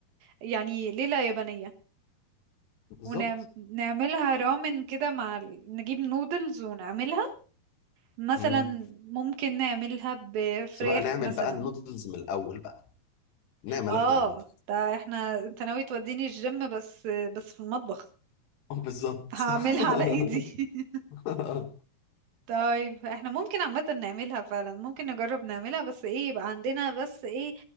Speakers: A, on the right; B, on the left.
A: يعني ليلة يابانية
B: بالظبط
A: ونعملها رامن كده مع ال- نجيب نودلز ونعملها مثلا
B: مم.
A: ممكن نعملها بفراخ
B: بس بقى نعمل
A: مثلا
B: بقى النودلز من الاول بقى نعمل
A: اه
B: احنا النودلز
A: ده احنا انت ناوي توديني الجيم بس بس في المطبخ
B: آه، بالظبط
A: هعملها
B: <laughs>
A: على ايدي <laughs>
B: <laughs>
A: طيب احنا ممكن عامة نعملها فعلا ممكن نجرب نعملها بس ايه يبقى عندنا بس ايه